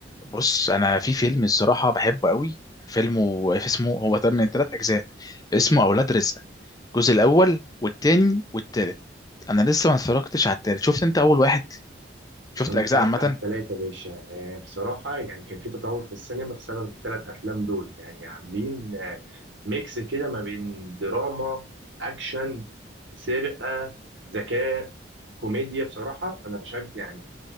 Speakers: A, on the left; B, on the right.
A: بص انا في فيلم الصراحه بحبه قوي فيلمه اسمه هو تم من ثلاث اجزاء اسمه اولاد رزق الجزء الاول والتاني والتالت انا لسه ما اتفرجتش على التالت شفت انت اول واحد شفت
B: انا
A: الاجزاء
B: اتفرجت
A: عامه
B: على التلاتة يا باشا يعني بصراحة يعني كان في تطور في السينما بسبب التلات افلام دول يعني عاملين آه، ميكس كده ما بين دراما اكشن سرقة ذكاء كوميديا بصراحة انا بشجع يعني